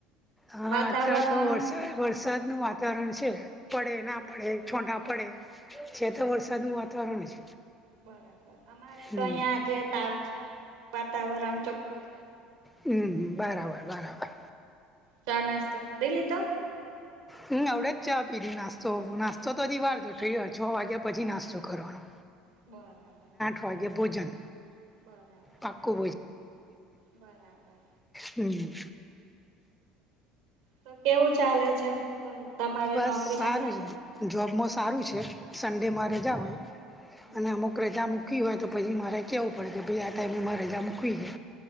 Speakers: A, in the centre; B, on the right (about 80°).
A: હા
B: વાતાવરણ
A: ત્યાં તો વર્ષ વરસાદનું વાતાવરણ છે પડેના પડે છોટા પડે. છે તો વરસાદનું વાતાવરણ જ.
B: બરાબર અમારે
A: હમ
B: તો અહિયાં આજે તાપ છે, વાતાવરણ ચોખ્ખું છે.
A: હમમ બરાબર બરાબર.
B: ચા, નાસ્તો કરી લીધો?
A: હમમ અવડેજ ચા પીધી નાસ્તો નાસ્તો તો હજી વાર છે છ વાગ્યા પછી નાસ્તો કરવાનો.
B: બરાબર.
A: આજે ભોજન
B: બરાબર
A: પાક્કું
B: બરાબર.
A: હમમ.
B: તો કેવું ચાલે છે તમારે
A: બસ
B: નોકરીમાં સારું
A: છે
B: ને.
A: જોબમાં સારું છે સન્ડેમાં
B: હમ
A: રજા હોય
B: હમ
A: અને અમુક રજા મૂકીવી હોય તો પછી મારે કેહેવું પડે કે ભાઈ આ ટાઈમેમાં રજા મૂકવી છે.